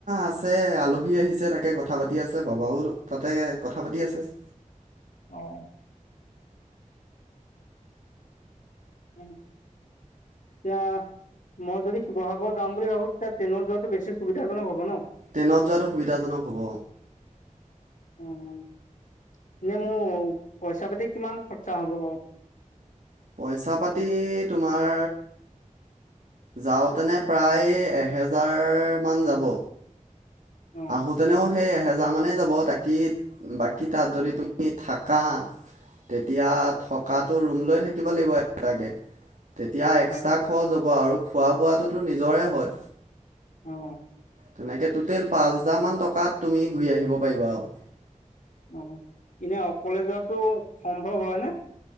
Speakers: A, on the right (about 75°); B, on the left (about 70°).
A: আছে আলহী আহিছে তাকে কথা পাতি আছে বাবাও তাতে কথা পাতি আছে। <inaudible>
B: অ'। উম। এতিয়া, মই যদি শিৱসাগৰ যাম বুলি ভাবো তেতিয়া ট্ৰেইনত যোৱাাতটো বেছি সুবিধাজনক হ'ব ন?
A: ট্ৰেইনত যোৱাটো সুবিধাজনক হ'ব।
B: উম। এনে মোৰ পইচা পাতি কিমান খৰচা হ'ব বাৰু?
A: পইচা পাতি তোমাৰ যাওঁতেনে প্ৰায় এহেজাৰ মান যাব।
B: অ
A: আহ তেনে সেই এহেজাৰ মানেই যাব তাকি বাকী তাত যদি তুমি থাকা। তেতিয়া থকাাতটো ৰুম লৈ থাকিব লাগিব এটাকে। তেতিয়া এক্সট্ৰা
B: হয়
A: খৰচ হ'ব আৰু খোৱা বোৱটোতো নিজৰে হয়।
B: অ'।
A: তেনেকে টুটেল পাঁচ হাজাৰ মান টকাত তুমি ঘূৰি আহিব পাৰিবা আৰু।
B: অ' এনে অকলে যোৱাাতটো সম্ভৱ হয় নে?